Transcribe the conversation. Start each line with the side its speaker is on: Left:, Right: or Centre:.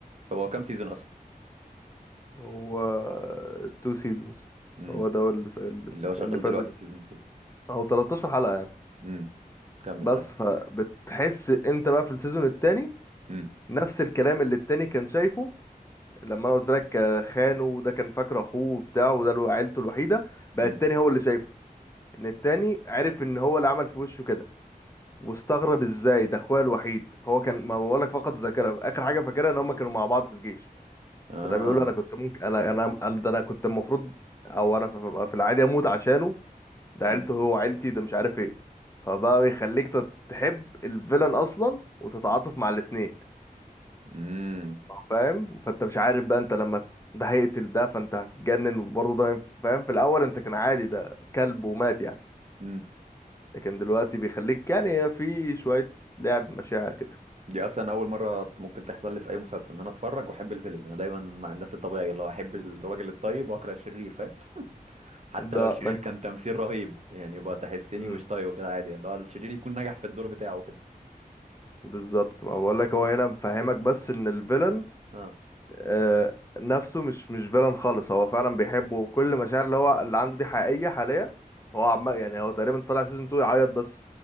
Right: هو كام سيزون اصلا
Left: هو تو سيزونز
Right: امم
Left: هو ده اللي
Right: اللي هو شغال
Left: اللي فاتوا
Right: دلوقتي
Left: ده
Right: سيزون 2
Left: او 13 حلقة يعني
Right: امم كمل
Left: بس
Right: طيب
Left: فبتحس انت بقى في السيزون التاني
Right: امم
Left: نفس الكلام اللي التاني كان شايفه لما انا قلت لك آه، خانه وده كان فاكر اخوه وبتاع وده له- عيلته الوحيده بقى
Right: امم
Left: التاني هو اللي شايفه ان التاني عرف ان هو اللي عمل في وشه كده واستغرب ازاي ده اخويا الوحيد هو كان ما بقولك فقد الذاكره اخر حاجه فاكرها ان هم كانوا مع بعض في الجيش
Right: اه
Left: فده بيقول له انا كنت ممكن انا انا أنا- ده انا كنت المفروض او انا في في العادي اموت عشانه ده عيلته
Right: امم
Left: هو عيلتي ده مش عارف ايه فبقى يخليك تت- تحب الفيلن اصلا وتتعاطف مع الاتنين
Right: امم
Left: فاهم فانت مش عارف بقى انت لما ده هيقتل ده فانت هتتجنن وبرضه ده ينف- فاهم في الاول انت كان عادي ده كلب ومات يعني
Right: امم.
Left: لكن دلوقتي بيخليك يعني في شوية لعب مشاعر كده
Right: دي اصلا اول مره ممكن تحصل لي في اي مسلسل ان انا اتفرج واحب الفيلن انا دايما مع الناس الطبيعيه اللي هو احب الراجل الطيب واكره الشرير فاهم حتى
Left: ده
Right: لو الشرير
Left: ما انت
Right: كان تمثيل رهيب يعني يبقى تحسني
Left: مم،
Right: مش طيب كده عادي يعني اللي هو الشرير يكون نجح في الدور بتاعه كده
Left: بالظبط ما بقول لك هو هنا مفهمك بس ان الفيلن
Right: اه
Left: آه نفسه مش مش فيلن خالص هو فعلا بيحبه وكل مشاعر اللي هو اللي عنده دي حقيقية حاليا هو عمال يعني هو تقريبا طلع سيزون 2 يعيط بس